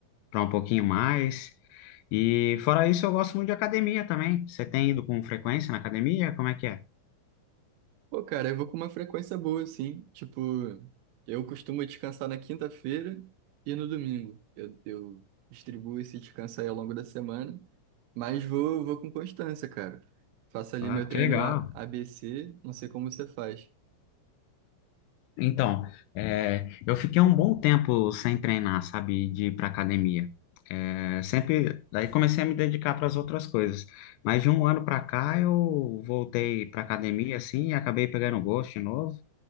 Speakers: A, on the left; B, on the right.
A: para um pouquinho mais. E fora isso, eu gosto muito de academia também. Você tem ido com frequência na academia? Como é que é?
B: Pô, cara, eu vou com uma frequência boa, assim. Tipo, eu costumo descansar na quinta-feira e no domingo. Eu, eu distribuo esse descanso aí ao longo da semana, mas vou, vou com constância, cara. Faço ali
A: Ah,
B: meu treino
A: que legal.
B: A- ABC, não sei como você faz.
A: Então, é, eu fiquei um bom tempo sem treinar, sabe, de ir para academia. É, sempre, daí comecei a me dedicar para as outras coisas. Mas de um ano para cá eu voltei para academia, assim, e acabei pegando gosto de novo.